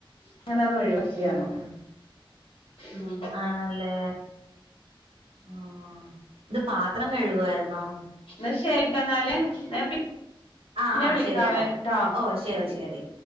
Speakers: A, on the left; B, on the right.
A: അങ്ങനെ അത് ഒഴിവാക്കീ അർഞ്ഞു.
B: ഉം
A: ആഹ്
B: ആണല്ലേ. ആഹ് എന്ത് പാത്രം കഴുകുവായിരുന്നോ?
A: ന്ന ശരിട്ട ന്നാല്. ന്ന ഞാൻ പിന്നെ
B: ആഹ് ആഹ്
A: വിളിക്കാവേ
B: ശരിയടാ
A: ട്ടൊ
B: ഓ ശരി
A: ന്നാല്
B: ശരി